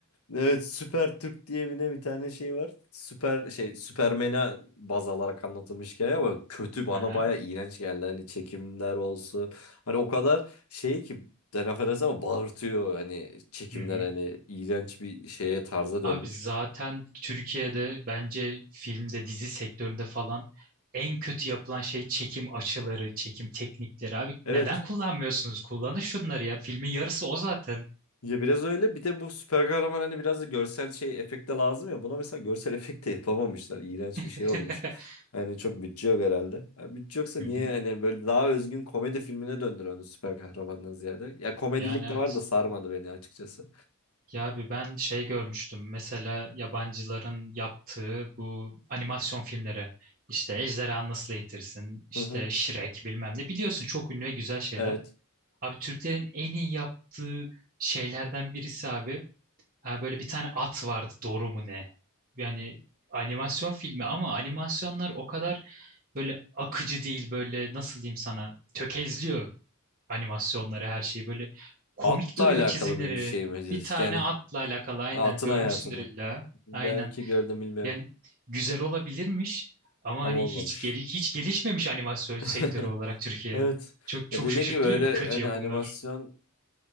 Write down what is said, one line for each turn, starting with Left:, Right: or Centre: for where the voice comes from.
Left: evet Süper Türk diye bir ne bir tane şey var. Süper şey Süpermen'e baz alarak anlatılmış hikaye ama kötü bana
Right: <laughs> Aha.
Left: baya iğrenç geldi. Hani çekimler olsun. Hani o kadar şey ki ben affedersin ama bağırtıyor hani çekimler
Right: Hı hı.
Left: hani iğrenç bir şeye tarza dönmüş.
Right: Abi zaten Türkiye'de bence filmde, dizi sektöründe falan en kötü yapılan şey çekim açıları, çekim teknikleri. Abi
Left: Evet.
Right: neden kullanmıyorsunuz? Kullanın şunları ya. Filmin yarısı o zaten.
Left: Ya biraz öyle. Bir de bu süper kahraman hani biraz da görsel şey efekte lazım ya. Buna mesela görsel <laughs> efekte yapamamışlar. İğrenç bir şey
Right: <laughs>
Left: olmuş. Yani çok bütçe yok herhalde. Ya bütçe yoksa
Right: Hı
Left: niye
Right: hı.
Left: hani böyle daha özgün komedi filmine döndür onu süper kahramandan ziyade. Ya komedilik
Right: Yani evet.
Left: de var da sarmadı beni açıkçası.
Right: Ya abi ben şey görmüştüm. Mesela yabancıların yaptığı bu animasyon filmleri. İşte Ejderha Nasıl Eğitirsin, işte
Left: Hı hı.
Right: Shrek bilmem ne. Biliyorsun çok ünlü ve güzel şeyler.
Left: Evet.
Right: Abi Türklerin en iyi yaptığı şeylerden birisi abi. Ha, böyle bir tane at vardı doğru mu ne? Yani animasyon filmi ama animasyonlar o kadar böyle akıcı değil böyle nasıl diyeyim sana tökezliyor animasyonları her şeyi böyle komik
Left: Atla
Right: duruyor
Left: alakalı
Right: çizimleri.
Left: bir bir şey mi?
Right: Bir
Left: <laughs>
Right: tane
Left: Yani
Right: atla alakalı aynen
Left: atın
Right: görmüşsündür
Left: hayatını.
Right: illa.
Left: Belki
Right: Aynen
Left: gördüm bilmiyorum.
Right: yani güzel olabilirmiş ama
Left: Ama
Right: hani
Left: olmamış.
Right: hiç geli hiç gelişmemiş animasyon sektörü
Left: <laughs>
Right: olarak Türkiye.
Left: Evet.
Right: Çok
Left: Ya
Right: çok
Left: dediğin
Right: şaşırttı
Left: gibi öyle
Right: beni bu kötü
Left: hani
Right: yapımlar.
Left: animasyon